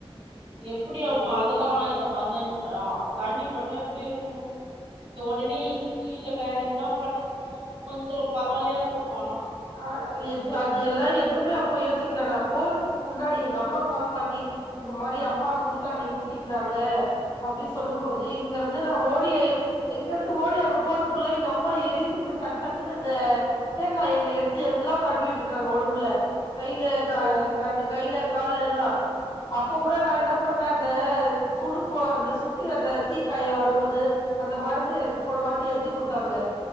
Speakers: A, on the right (about 75°); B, on the left (about 70°).
A: எப்படி அவங்க
B: ஐயோ
A: அதெல்லா அ அந்தன் ஆ தண்ணி பட்டா எப்டி இருக் உடனே இங்க்கு இல்ல வேற எதனா பண்ணிருந்தீங்கன்னா கொஞ்சோ பரவாலியா இருந்துருக்கு ஆனா
B: அ எது அது எல்லா எதுவுமே அப்ப யோசிக்கல நா போறதுக்கு முன்னாடி எங்க அப்பா கால் பண்ணி இந்த மாரி அம்மா
A: ம்
B: சுடுதண்ணி ஊத் த்திக்குனாங்க அப்படி சொல்லும்
A: ம்
B: போது இங்க இருந்து நா ஓடி ஓடியே இங்கிருந்து ஓடி அங்க போறதுக்குள்ள எங்க அம்மா எரியுதுன்னு டக்கு டக்குன்னு இந்த தேங்காயெண்ணய எடுத் எடுத்து எல்லா தடுவிட்டு இருக்காங்க ஒடம்புல கையில க
A: ஓ
B: இந்த ரெண்டு கையில கால்ல எல்லா அப்ப கூட
A: ஆ
B: நா என்ன பண்ண அந்த சுடும்போது சுட்டு அந்த தீக்காய வரும்போது அந்த மருந்து எனக்கு போன வாட் டி எழுதி குடுத்தாங்க